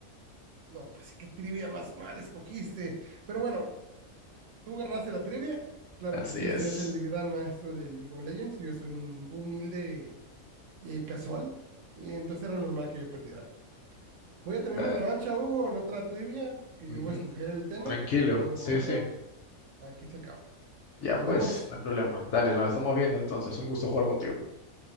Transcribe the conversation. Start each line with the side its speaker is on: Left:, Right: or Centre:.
Right: No, pues qué trivia más mal escogiste. Pero bueno, tú ganaste la trivia. Claro
Left: Así
Right: que sí,
Left: es.
Right: usted es el gran maestro del League of Legends. Yo soy un humilde eh, casual. Y Entonces era normal que yo perdiera. Voy a tener
Left: Dale.
Right: mi revancha, Hugo, en otra trivia que
Left: Ujú.
Right: yo voy a escoger el tema,
Left: Tranquilo.
Right: pero de
Left: Sí,
Right: momento
Left: sí.
Right: Aquí se acaba.
Left: Ya
Right: Nos
Left: pues,
Right: vemos.
Left: no hay problema. Dale, nos estamos viendo entonces. Un gusto jugar contigo.